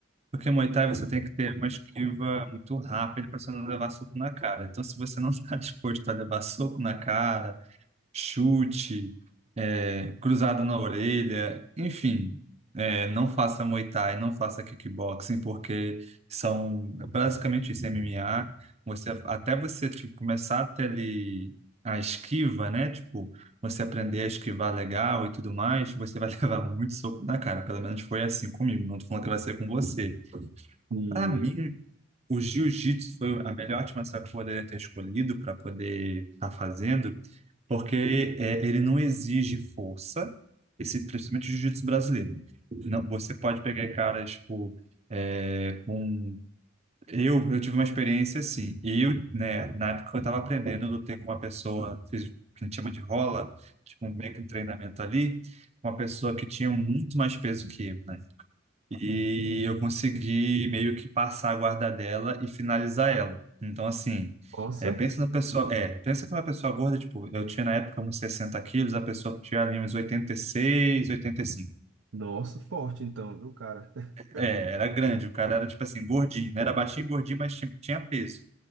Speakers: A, on the right; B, on the right.
A: Porque Muay Thai você tem que ter uma esquiva muito rápida para você não levar soco na cara. Então, se você não <laughs> está disposto a levar soco na cara, chute, é, cruzado na orelha, enfim, é, não faça Muay Thai, não faça kickboxing, porque são basicamente isso, MMA. Você, até você tipo, começar a ter ali a esquiva, né? Tipo, você aprender a esquivar legal e tudo mais, você vai <laughs> levar muito soco na cara. Pelo menos foi assim comigo. Não tô falando que vai ser com você,
B: E,
A: para mim, o jiu-jitsu foi a melhor artimanha que eu poderia ter escolhido para poder estar fazendo, porque é, ele não exige força, esse, principalmente o jiu-jitsu brasileiro. Não, você pode pegar caras, tipo, é, com... Eu, eu tive uma experiência assim, e eu, né, na época eu estava aprendendo, eu lutei com uma pessoa, fiz o que a gente chama de rola, tipo, meio que um treinamento ali, uma pessoa que tinha muito mais peso que eu, né? E eu consegui meio que passar a guarda dela e finalizar ela. Então, assim,
B: nossa,
A: é, pensa na pessoa. É, pensa que uma pessoa gorda, tipo, eu tinha na época uns 60 quilos, a pessoa tinha ali uns 86, 85.
B: nossa, forte então, viu, cara? <laughs>
A: É, era grande, o cara era, tipo assim, gordinho, né? Era baixinho e gordinho, mas tinha, tinha peso.